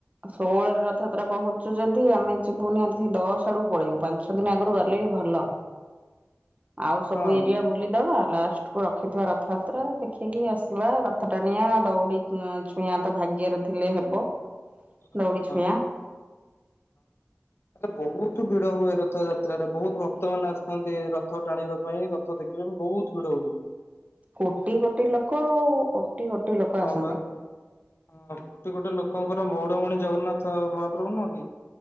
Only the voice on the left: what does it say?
ହଁ
ହଁ
ହଁ ବହୁତ ଭିଡ ହୁଏ ରଥଯାତ୍ରାରେ ବହୁତ ଭକ୍ତ ମାନ ଆସିଥାନ୍ତି ରଥ ଟାଣିବା ପାଇଁ ରଥ ଦେଖିବା ବହୁତ ଭିଡ ହୁଏ।
ହଁ
ବା ହଁ କୋଟି କୋଟି ଲୋକଙ୍କର ମଉଡ ମଣି ଜଗନ୍ନାଥ ମହାପ୍ରଭୁ ନୁହଁ